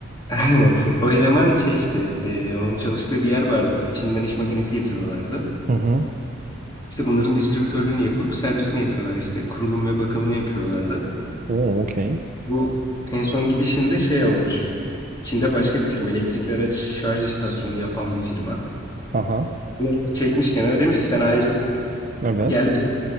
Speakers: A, on the left; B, on the right.
A: aynen. <laughs> O eleman şey işte e, onun çalıştığı bir yer vardı. Çin'den iş makinesi getiriyorlardı.
B: Hı hı.
A: İşte bunların distribütörlüğünü yapıp servisini yapıyorlar işte kurulum ve bakımını yapıyorlardı.
B: Oo okey.
A: Bu en son gidişinde şey olmuş. Çin'de başka bir firma elektrikli araç şarj istasyonu yapan bir firma.
B: Aha.
A: Bunu çekmiş kenara demiş ki sen ayrıl.
B: Evet.
A: Gel biz